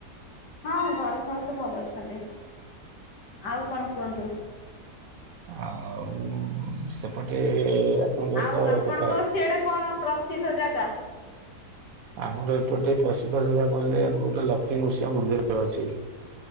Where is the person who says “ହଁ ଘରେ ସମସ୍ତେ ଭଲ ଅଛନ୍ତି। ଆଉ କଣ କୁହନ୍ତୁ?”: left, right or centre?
Left